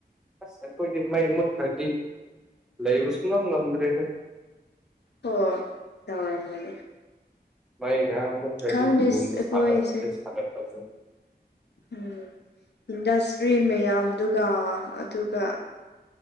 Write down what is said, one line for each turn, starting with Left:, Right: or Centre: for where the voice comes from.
Centre: ꯑꯁ ꯑꯩꯈꯣꯏꯗꯤ ꯃꯩ ꯃꯨꯠꯈ꯭ꯔꯗꯤ ꯂꯩꯕꯁꯨꯛꯉꯝ ꯉꯝꯗ꯭ꯔꯦꯗ
Left: ꯍꯣꯏ ꯇꯧꯔꯝꯒꯅꯤ
Centre: ꯃꯥꯏ ꯉꯥꯏꯍꯛ ꯃꯨꯠ ꯈꯔ꯭ꯗꯤ
Left: ꯈꯪꯗꯦ
Centre: ꯔꯨꯝ
Left: ꯑꯩꯈꯣꯏꯁꯦ
Centre: ꯁꯥꯒꯠ ꯄꯥꯁꯦ ꯁꯥꯒꯠ ꯄꯥꯁꯦ
Left: ꯎꯝ ꯏꯟꯗꯁꯇ꯭ꯔꯤ ꯃꯌꯥꯝꯗꯨꯒ ꯑꯗꯨꯒ